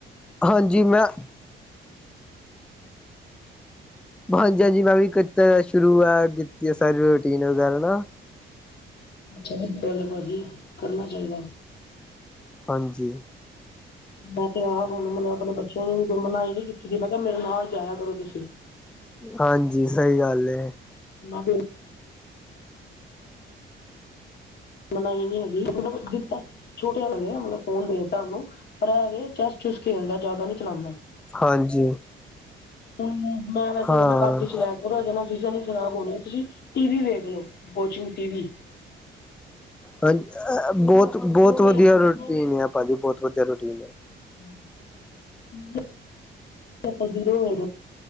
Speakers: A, in the centre; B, on the left (about 55°).
A: ਹਾਂਜੀ ਮੈਂ ਹਾਂਜੀ ਹਾਂਜੀ ਮੈਂ ਵੀ ਕੀਤਾ ਸ਼ੁਰੂ ਆ ਕੀਤੀ ਆ ਸਾਰੀ ਰੂਟੀਨ ਵਗੈਰਾ ਨਾ।
B: ਸਹੀ ਗੱਲ ਭਾਜੀ ਕਰਨਾ ਚਾਹੀਦਾ।
A: ਹਾਂਜੀ।
B: ਮੈਂ ਤੇ ਆਪ ਹੁਣ ਮਤਲਬ ਆਪਣੇ ਬੱਚਿਆਂ ਨੂੰ ਵੀ ਕੋਈ ਮਨਾਹੀ ਨੀ ਕੀਤੀ ਸੀ ਮੈਂ ਕਿਹਾ ਮੇਰੇ ਨਾਲ ਜਾਇਆ ਕਰੋ ਤੁਸੀਂ।
A: ਹਾਂਜੀ ਸਹੀ ਗੱਲ ਏ। <inaudible>
B: ਮੈਂ ਕਿਹਾ ਮਨਾਈ ਨੀ ਹੈਗੀ ਮਤਲਬ ਦਿੱਤਾ ਛੋਟੇ ਵਾਲੇ ਨੇ ਮਤਲਬ ਫੋਨ ਦੇ ਦਿੱਤਾ ਉਹਨੂੰ। ਪਰ ਇਹ ਵ ਚੈਸ ਚੁਸ ਖੇਲਦਾ ਜ਼ਿਆਦਾ ਨਹੀਂ ਚਲਾਉਂਦਾ।
A: ਹਾਂਜੀ।
B: ਹਮ ਮੈਂ ਵੈਸੇ
A: ਹਾਂ
B: ਕਹਿੰਦਾ ਕੱਟ ਚ ਲੈ ਕੇ ਇਹਦੇ ਨਾਲ ਵੀਜ਼ਾ ਨੀ ਖ਼ਰਾਬ ਹੋਣੇ ਤੁਸੀਂ। ਟੀ ਵੀ ਵੇਖ ਲਓ ਵੋਚਿੰਗ ਟੀ ਵੀ।
A: ਹਾਂਜੀ ਬਹੁਤ ਬਹੁਤ
B: ਨਹੀਂ
A: ਵਧੀਆ
B: ਆਪਾਂ ਦੂਰੋਂ
A: ਰੂਟੀਨ ਆ ਭਾਜੀ ਬਹੁਤ ਵਧੀਆ ਰੂਟੀਨ ਹੈ।
B: ਹਾਂ ਹਮ। ਆਪਾਂ ਦੂਰੋਂ ਹੋਏ ਹਾਂ।